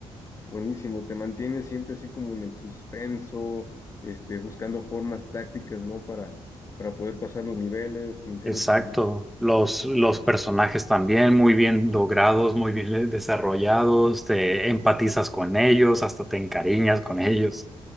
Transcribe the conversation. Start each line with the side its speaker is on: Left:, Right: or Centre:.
Left: Buenísimo, te mantienes siempre así como en el suspenso, este, buscando formas tácticas, ¿no? Para, para poder pasar los niveles sin ser
Centre: Exacto.
Left: descubierto.
Centre: Los, los personajes también muy bien logrados, muy bien le- desarrollados, te empatizas con ellos, hasta te encariñas con ellos.